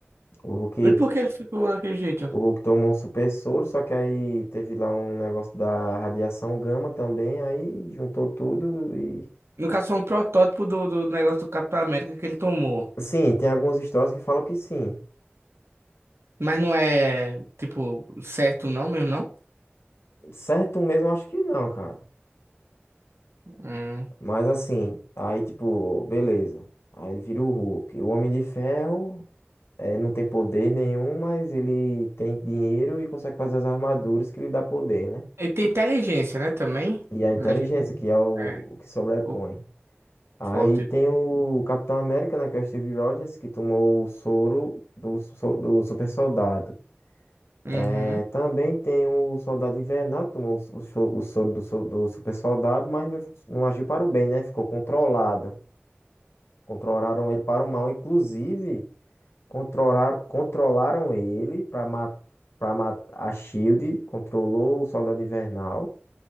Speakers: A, on the left; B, on the right.
A: O Hulk,
B: E por que ele ficou daquele jeito? ó?
A: o Hulk tomou um super soro, só que aí teve lá um negócio da radiação gama também, aí juntou tudo e.
B: No caso, foi um protótipo do, do negócio do Capitão América que ele tomou.
A: Sim, tem algumas histórias que falam que sim.
B: Mas não é, tipo, certo não mesmo, não?
A: Certo mesmo, eu acho que não, cara.
B: Hum.
A: Mas assim, aí tipo, beleza. Aí ele vira o Hulk. O Homem de Ferro eh, não tem poder nenhum, mas ele tem dinheiro e consegue fazer as armaduras que lhe dá poder, né?
B: Ele tem inteligência, né, também?
A: E a inteligência,
B: A gente-
A: que é o,
B: É,
A: o que sobrepõe.
B: o
A: Aí
B: forte.
A: tem o Capitão América, né, que é o Steve Rogers, que tomou o soro do, so- do super soldado.
B: Uhum.
A: É, também tem o Soldado Invernal, que tomou o, so- o so- soro do, so- do super soldado, mas não, não agiu para o bem, né? Ficou controlado. Controlaram ele para o mal. Inclusive, controlar, controlaram ele para matar. Pra matar a Shield controlou o Soldado Invernal